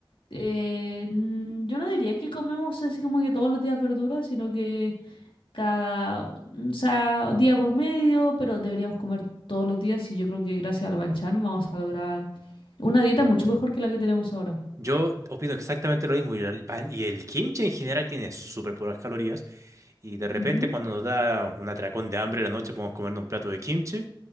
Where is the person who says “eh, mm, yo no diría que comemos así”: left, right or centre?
Left